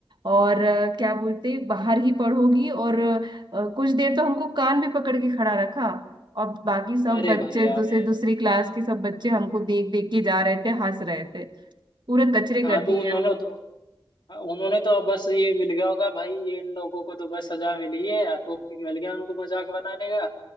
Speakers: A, on the right; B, on the left.
A: और अ, क्या बोलते बाहर ही पढ़ोगी और अ, कुछ देर तो हमको कान भी पकड़ के खड़ा रखा और बाकी सब
B: अरे
A: बच्चे
B: भाई अरे
A: दूसरे दूसरी क्लास के सब बच्चे हमको देख देख के जा रहे थे हंस रहे थे पूरे कचरे
B: हाँ
A: कर दिए
B: तो उन्होंने तो हाँ, उन्होंने तो अब बस ये मिल गया होगा भाई ये इन लोगों को तो बस सजा मिली है टॉपिक मिल गया उनको मजाक बनाने का